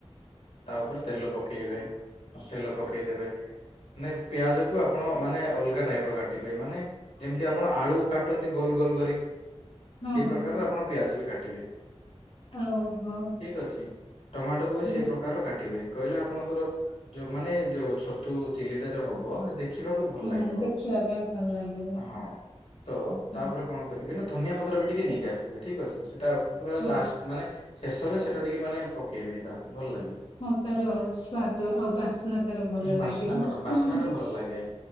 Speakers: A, on the left; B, on the left.
A: ତା ଉପରେ ତେଲ ପକେଇବେ, ତେଲ ପକେଇଦେବେ। ନାଇଁ ପିଆଜକୁ ଆପଣ ମାନେ ଅଲଗା ଟାଇପ୍ ର କାଟିବେ ମାନେ ଯେମିତି ଆପଣ ଆଳୁ କାଟନ୍ତି ଗୋଲ ଗୋଲ କରି।
B: ହଁ
A: ସେଇ ପ୍ରକାରର
B: ହଁ
A: ଆପଣ ପିଆଜ ବି କାଟିବେ
B: ଓହୋ
A: ଠିକ୍ ଅଛି। ଟମାଟୋକୁ ବି
B: ହେଲେ
A: ସେ ପ୍ରକାର କାଟିବେ କହିଲେ ଆପଣଙ୍କର ଯୋଉ ମାନେ ଯୋଉ ଛତୁ ଚିଲିଟା ଯୋଉ ହବ ଦେଖିବାକୁ ଭଲ
B: ହଁ
A: ଲାଗିବ।
B: ଦେଖିବା ପାଇଁ ଭଲ ଲାଗିବ।
A: ହଁ ତ
B: ହଁ।
A: ତାପରେ କଣ କରିବି ନା ଧନିଆ ପତ୍ର ବି ଟିକେ ନେଇକି ଆସିିବେ। ଠିକ୍ ଅଛି ସେଟା ପୁରା
B: ହଁ
A: ଲାଷ୍ଟ ମାନେ ଶେଷରେ ସେଟା ଟିକେ ମାନେ ପକେଇବେ ସେଇଟା ଭଲ ଲାଗିବ।
B: ହଁ ତାର ସ୍ଵାଦ ଆଉ ବାସ୍ନା ତାର ଭଲ ଲାଗେ
A: ବାସ୍ନା
B: ମଏମତି
A: ଭଲ ବାସ୍ନା
B: କୁହନ୍ତି।
A: ଟା ଭଲ ଲାଗେ